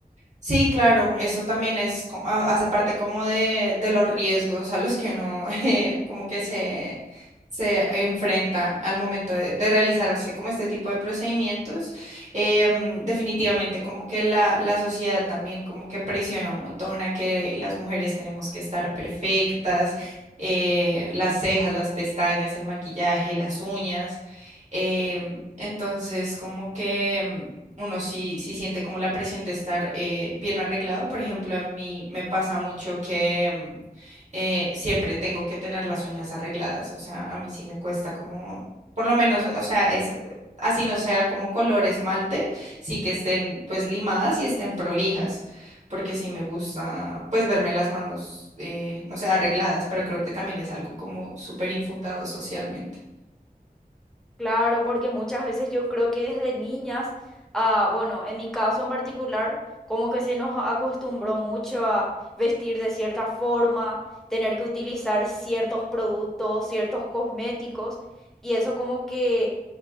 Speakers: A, on the right (about 50°); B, in the centre.
A: Sí, claro, eso también es, co- ha- hace parte como de, de los riesgos a los que uno <laughs> eh, como que se, se enfrenta al momento de, de realizarse como este tipo de procedimientos. Em, definitivamente como que la, la sociedad también como que presiona un montón a que las mujeres tenemos que estar perfectas, eh, las cejas, las pestañas, el maquillaje, las uñas. em, entonces como que uno sí, sí siente como la presión de estar eh, bien arreglado. Por ejemplo, a mí me pasa mucho que mm, eh, siempre tengo que tener las uñas arregladas. O sea, a mí sí me cuesta como, por lo menos, o sea, es así no sea como color esmalte, sí que estén pues limadas y estén prolijas, porque sí me gusta pues verme las manos, eh, no sé, arregladas, pero creo que también es algo como súper infundado socialmente.
B: Claro, porque muchas veces yo creo que desde niñas, ah, bueno, en mi caso en particular, como que se nos acostumbró mucho a vestir de cierta forma, tener que utilizar ciertos productos, ciertos cosméticos, y eso como que